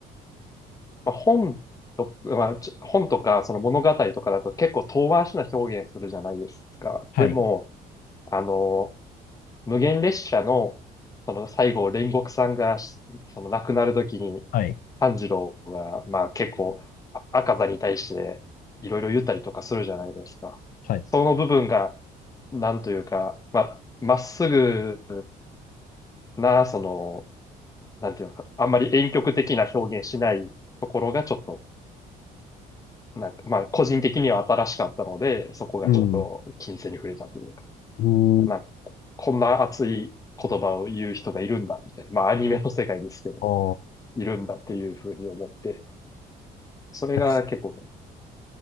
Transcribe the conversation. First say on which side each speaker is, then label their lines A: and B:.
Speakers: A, on the left; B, on the left.
A: まあ、本と、まあ、ちょ本とかその物語とかだと結構遠回しな表現するじゃないですか。
B: はい。
A: でも、あの、無限列車の、その最後、煉獄さんがし、その亡くなる時に、
B: はい。
A: 炭治郎が、まあ結構、あ赤座に対していろいろ言ったりとかするじゃないですか。
B: はい。
A: その部分が、なんというか、まあ、まっすぐな、その、なんていうのか、あんまり婉曲的な表現しないところがちょっと、なんか、まあ、個人的には新しかったので、そこがちょっと金銭に触れたというか、
B: うん。うん。
A: なんか、こんな熱い言葉を言う人がいるんだ、みたいな。まあ、アニメの世界ですけど、
B: あ
A: いるんだっていうふうに思って、それが結構ね、
B: あ、